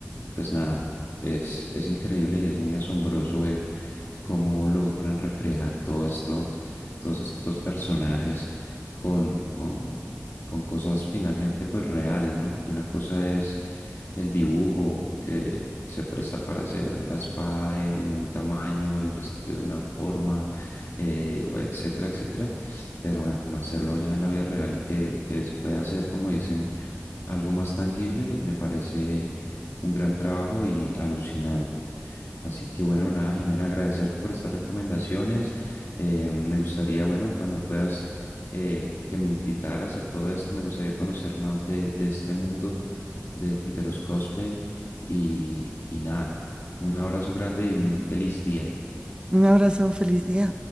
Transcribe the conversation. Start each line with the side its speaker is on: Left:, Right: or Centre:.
Left: pues nada, es, es increíble y es muy asombroso ver cómo logran recrear todo esto, todos estos personajes con, con, con cosas finalmente pues reales, ¿no? Porque una cosa es el dibujo que se presta para hacer la espada de un tamaño, el vestido de una forma, eh, etcétera, etcétera pero bueno, hacerlo ya en la vida real y que, que es- pueda ser, como dicen, algo más tangible, me parece un gran trabajo y alucinante. Así que bueno, nada, Jimena, agradecerte por estas recomendaciones. Eh, me gustaría, bueno, cuando puedas eh, que me invitaras a todo esto, me gustaría conocer más de, de este mundo de, de los cosplay y, y nada, un abrazo grande y un feliz día.
Right: Un abrazo, feliz día.